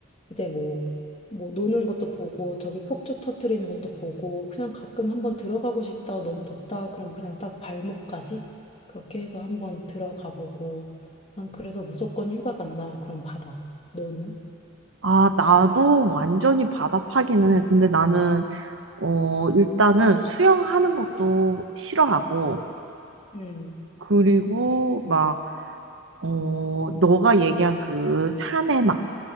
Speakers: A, on the left (about 30°); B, on the right (about 65°).
A: 이제 뭐 뭐 노는 것도 보고 저기 폭죽 터트리는 것도 보고 그냥 가끔 한번 들어가고 싶다 너무 덥다 그럼 그냥 딱 발목까지 그렇게 해서 한번 들어가 보고 난 그래서 무조건 휴가 간다 그럼 바다 너는?
B: 아, 나도 완전히 바다파기는 해. 근데 나는, 어, 일단은 수영하는 것도 싫어하고,
A: 음,
B: 그리고 막, 어, 너가 얘기한 그 산에 막